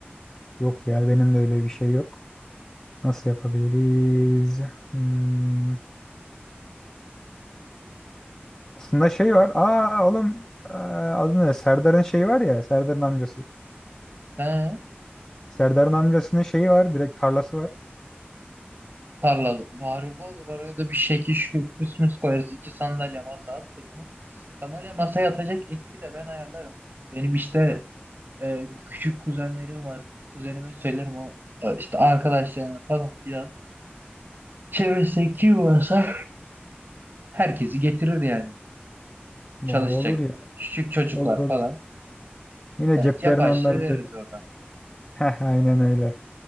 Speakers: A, on the left; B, on the right.
A: Yok ya benim de öyle bir şey yok. Nasıl yapabiliriz? Hmm. Aslında şey var. Aa oğlum eee, adı ne? Serdar'ın şeyi var ya. Serdar'ın amcası.
B: He,
A: Serdar'ın amcasının şeyi var. Direkt tarlası var.
B: tarlada. Harika olur. Oraya da bir şekil şükür süs müs koyarız. İki sandalye masa attık mı? Sandalye masaya yatacak ekibi de ben ayarlarım. Benim işte e, küçük kuzenlerim var. Kuzenime söylerim o e, işte arkadaşlarına falan filan. Çevresindeki varsa herkesi getirir yani.
A: Muha
B: çalışacak
A: olur ya.
B: küçük çocuklar
A: Olur olur.
B: falan.
A: Yine
B: Yani
A: ceplerini
B: yapay
A: onların
B: şey veririz
A: böyle.
B: orada.
A: Heh aynen öyle.